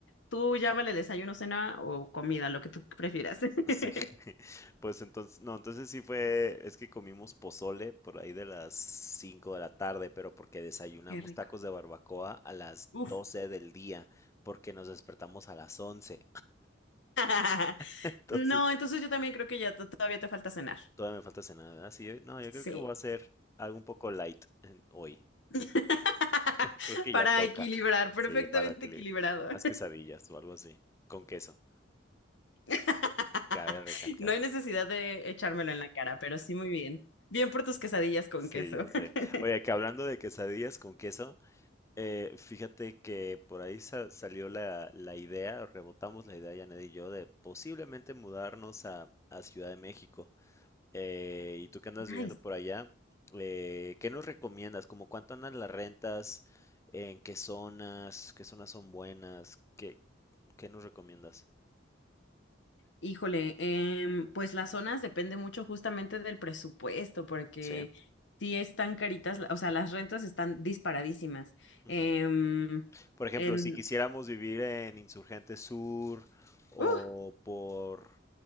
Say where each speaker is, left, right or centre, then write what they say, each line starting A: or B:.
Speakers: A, on the left; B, on the left.
A: tú llámale desayuno, cena o comida, lo que tú prefieras. <laughs>
B: Sí, <laughs> pues entonces, no, entonces sí fue, es que comimos pozole por ahí de las 5 de la tarde, pero porque desayunamos
A: Qué rico.
B: tacos de barbacoa a las
A: Uf.
B: 12 del día, porque nos despertamos a las once
A: <laughs>
B: <laughs> Entonces,
A: No, entonces yo también creo que ya to- todavía te falta cenar.
B: todavía me falta cenar, ¿verdad? Sí, yo- no, yo
A: Sí.
B: creo que voy a hacer algo un poco light en- hoy.
A: <laughs>
B: Creo que
A: Para
B: ya toca,
A: equilibrar, perfectamente
B: sí, para que
A: equilibrado.
B: le, unas quesadillas o algo así, con queso,
A: <laughs>
B: cabe recalcar.
A: No hay necesidad de echármelo en la cara, pero sí muy bien. Bien por tus quesadillas con
B: Sí,
A: queso.
B: ya sé.
A: <laughs>
B: Oye, que hablando de quesadillas con queso. Eh, fíjate que por ahí sa- salió la, la idea, rebotamos la idea, Janet y yo, de posiblemente mudarnos a, a Ciudad de México. Eh, y tú que andas
A: Nice.
B: viviendo por allá, eh, ¿qué nos recomiendas? ¿Cómo cuánto andan las rentas? ¿En qué zonas? ¿Qué zonas son buenas? ¿Qué, qué nos recomiendas?
A: Híjole, em, pues las zonas depende mucho justamente del presupuesto, porque
B: Sí.
A: sí están caritas, la- o sea, las rentas están disparadísimas. Em,
B: Ujú. Por ejemplo,
A: en,
B: si quisiéramos vivir en Insurgente Sur o
A: ¡uh!
B: por,